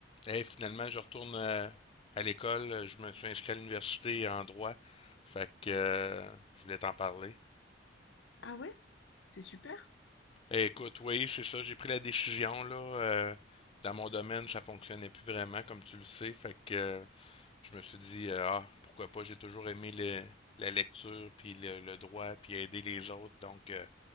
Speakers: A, on the left (about 30°); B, on the left (about 75°).
A: Hey, finalement, je retourne euh, à l'école. Je me suis inscrit à l'université en droit. Fait que euh, je voulais t'en parler.
B: Ah ouais? C'est super,
A: Eh, écoute, oui, c'est ça. J'ai pris la décision, là. euh, dans mon domaine, ça fonctionnait plus vraiment, comme tu le sais. Fait que euh, je me suis dit, euh, ah, pourquoi pas, j'ai toujours aimé le- la lecture, puis le, le droit, puis aider les autres. Donc, euh,